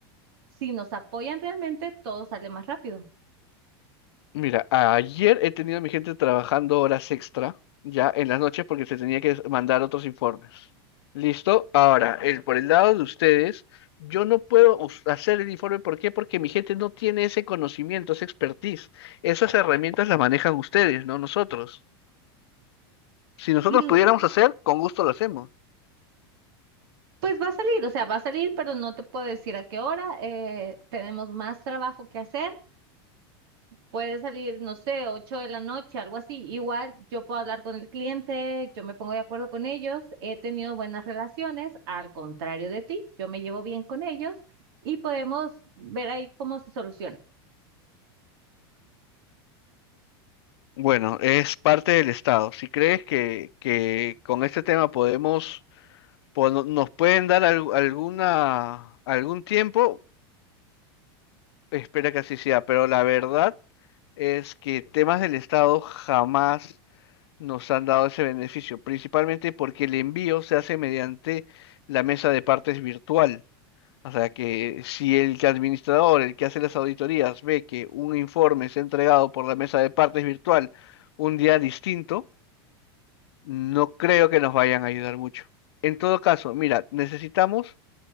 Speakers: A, on the right; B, on the left.
A: Si nos apoyan realmente, todo sale más rápido.
B: Mira, ayer he tenido a mi gente trabajando horas extra, ya en las noches, porque se tenía que mandar otros informes. ¿Listo? Ahora, el, por el lado de ustedes, yo no puedo us- hacer el informe. ¿Por qué? Porque mi gente no tiene ese conocimiento, esa expertise. Esas herramientas las manejan ustedes, no nosotros. Si nosotros
A: Y l-
B: pudiéramos hacer, con gusto lo hacemos.
A: pues va a salir, o sea, va a salir, pero no te puedo decir a qué hora. eh, tenemos más trabajo que hacer. Puede salir, no sé, 8 de la noche, algo así. Igual yo puedo hablar con el cliente, yo me pongo de acuerdo con ellos, he tenido buenas relaciones, al contrario de ti, yo me llevo bien con ellos y podemos ver ahí cómo se soluciona.
B: Bueno, es parte del Estado. Si crees que, que con este tema podemos, po- nos pueden dar al- alguna, algún tiempo, Espera que así sea, pero la verdad es que temas del Estado jamás nos han dado ese beneficio, principalmente porque el envío se hace mediante la mesa de partes virtual. O sea que si el que administrador, el que hace las auditorías, ve que un informe es entregado por la mesa de partes virtual un día distinto, no creo que nos vayan a ayudar mucho. En todo caso, mira, necesitamos